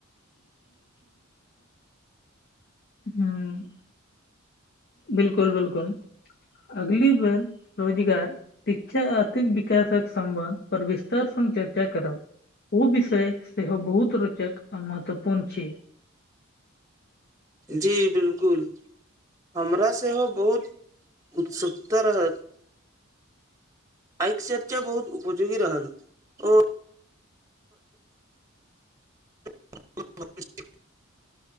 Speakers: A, on the left; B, on the right.
A: <inaudible> <inaudible> हुँ बिलकुल बिलकुल अगली बेर रोजगार शिक्षा आ आर्थिक विकासक सम्बन्ध पर विस्तार सँ चर्चा करब उ विषय सेहो बहुत रोचक आ महत्वपूर्ण छी
B: जी बिलकुल हमरा सेहो बहुत उत्सुकता रहत आइक चर्चा बहुत उपजोगी रहल ओ <inaudible>